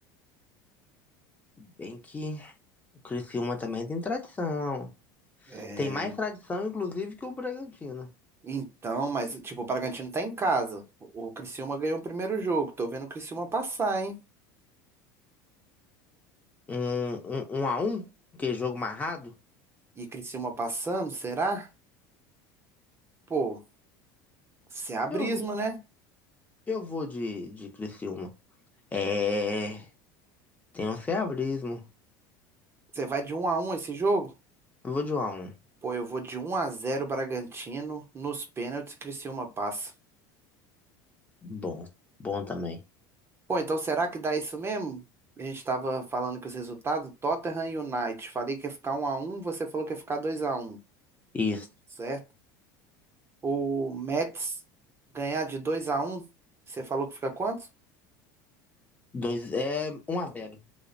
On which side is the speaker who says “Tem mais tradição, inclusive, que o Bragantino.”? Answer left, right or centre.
Left